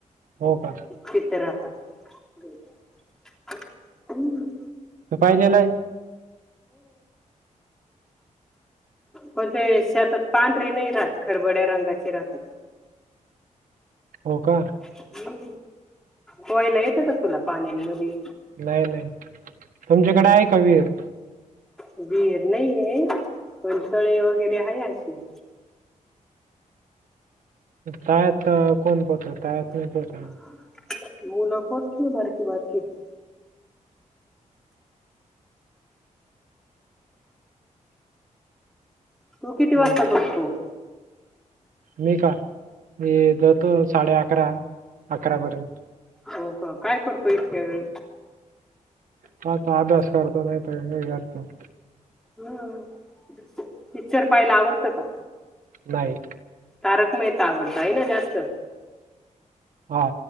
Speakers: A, on the right (about 85°); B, in the centre.
A: हो का?
B: तिथं राहतात. <unintelligible>
A: त पाहिलेलाय?
B: पण ते शेतात पांढरे नाही राहत, खरबड्या रंगाचे राहतात.
A: हो का?
B: हम्म, पोहायला येत का तुला पाण्यांमधी?
A: नाही नाही. तुमच्याकडे आहे का विहीर?
B: विहीर नाहीये, पण तळे वगैरे हाय अशे.
A: तळ्यात कोण पोहत? तळ्यात नाही पोहता
B: <unintelligible> तू किती
A: अ,
B: वाजता जेवतो?
A: मी का? मी जेवतो साडे अकरा, अकरापर्यंत.
B: हो का? काय करतो इतक्या वेळ?
A: <unintelligible> अभ्यास करतो नाही, तर <unintelligible> करतो.
B: हम्म, पिक्चर पाहायला आवडतं का?
A: नाही.
B: तारक मेहता आवडत आहे ना जास्त?
A: हा.